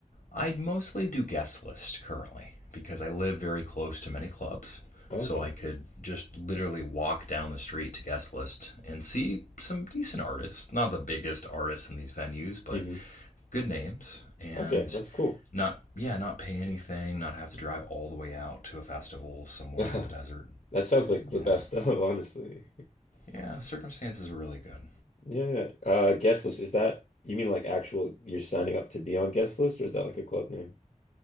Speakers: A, on the left (about 80°); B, on the left (about 60°).
A: I would mostly do guest list currently because I live very close to many clubs,
B: Oh,
A: so
B: okay.
A: I could just literally walk down the street to guest list and see some decent artists, not the biggest artists in these venues, but
B: hmm
A: good names and
B: Okay, that's cool.
A: not yeah, not pay anything, not have to drive all the way out to a festival somewhere
B: <laughs>
A: in the desert.
B: That sounds like the
A: Yeah,
B: best <laughs> stuff, honestly.
A: Yeah, circumstances were really good.
B: Yeah. yeah. Uh, guest list, is that you mean like actual you're signing up to be on guest list or is that like a club name?